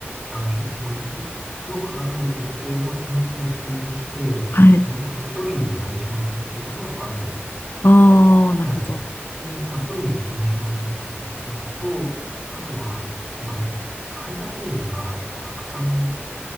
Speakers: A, on the right (about 20°); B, on the left (about 55°).
A: あ、き、あのの価格の決定の基本的な仕組みとして、
B: はい。
A: あの、まず距離に依存しますよっていうところはあるんですよ。
B: ああ、なるほど。
A: はい。で、まあ、距離に依存しますっていうところと、あとは、ま、配達員がたくさん